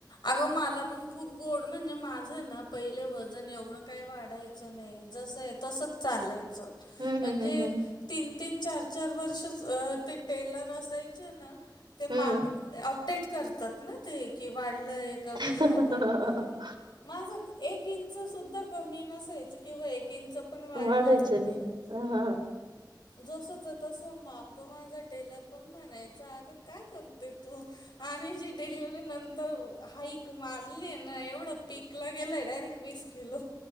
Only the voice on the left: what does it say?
अगं माला पण खूप गोड म्हणजे माझं ना पहिले वजन एवढं काही वाढायचं नाही जसं आहे तसंच चालाय चं
म्हणजे
तीन तीन चार चार वर्ष ते टेलर असायचे ना ते माप.
अपडेट करतात ना ते की वाढलय कमी झालंय
काय माझ एक इंच सुद्धा कमी नसायचं किंवा एक इंच पण वाढले
नसायच
जस च्या तस माप तो माझा टेलर पण म्हणायचा अग काय करते तू आणि जे डिलिव्हरी नंतर हाईक मारली ना एवढं पीकला गेलंय डायरेक्ट वीस किलो